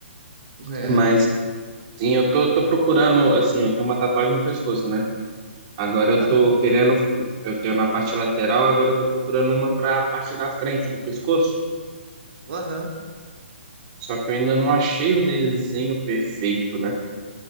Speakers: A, on the right (about 55°); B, on the right (about 35°).
A: É,
B: Mas, sim, eu tô, tô procurando, assim, eu tenho uma tatuagem no pescoço, né? Agora eu
A: aham,
B: tô querendo, eu tenho na parte lateral, agora eu tô procurando uma para a parte da frente do pescoço.
A: aham.
B: Só que eu ainda não achei o desenho perfeito, né?